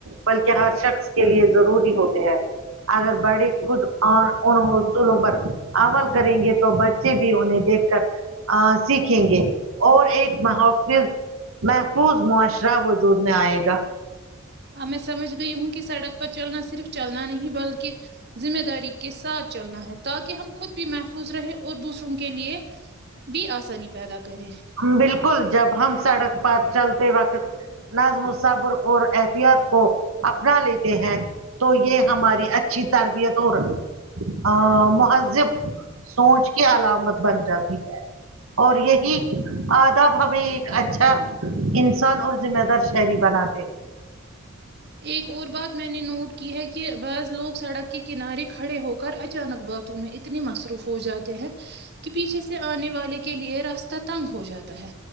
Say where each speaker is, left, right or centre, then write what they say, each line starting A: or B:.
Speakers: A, on the right; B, on the right.
A: بلکہ ہر شخص کے لیے ضروری ہوتے ہیں اگر بڑی خود ان حصولوں پر عمل کریں گے تو بچے سے بھی انہیں دیکھ کر سیکھ کھیں گے اور ایک محفظ محفوظ معاشرہ وجود میں آئے گا
B: ہاں میں سمجھ گئی ہوں کہ سڑک پر چلنا صرف چلنا نہیں بلکہ ذمہ داری کے ساتھ چلنا ہے تاکہ ہم خود بھی محفوظ رہے اور دوسروں کے لیے بھی آسانی پیدا کرے
A: بالکل جب ہم سڑک پر چلتے وقت نظم و صبر اور احتیاط کو اپنا لیتے ہیں تو یہ ہماری اچھی تربیت اور آ مہذب سوچ کی علامت بن جاتی ہے اور یہ کہ آداب ہمیں ایک اچھا انسان اور ذمہ دار شہری بناتے
B: ایک اور بات میں نے نوٹ کی ہے کہ بعض لوگ سڑک کے کنارے کھڑے ہو کر اچانک باتوں میں اتنے مصروف ہو جاتے ہیں کہ پیچھے سے آنے والے کے لیے راستہ تنگ ہو جاتا ہے